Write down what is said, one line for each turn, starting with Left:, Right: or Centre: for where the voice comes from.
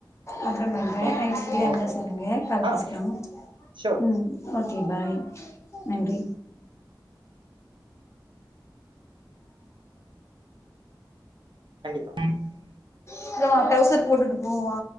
Left: அப்புறம் பண்ற
Right: ஓகே
Left: நைட் ஃப்ரீயா
Right: ஓகே
Left: இருந்தா சொல்லுங்க கால்
Right: ஆ
Left: பேசுலாம்
Right: ஓகே ஷூர்
Left: ம் ஓக் ஓகே பாய் நன்றி
Right: கண்டிப்பா
Left: இங்க வா டவுசர் போட்டுட்டு போவா